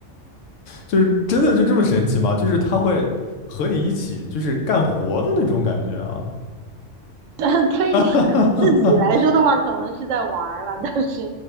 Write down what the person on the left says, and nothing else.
就是真的就这么神奇吗？就是它会和你一起就是干活的那种感觉啊。
<laughs>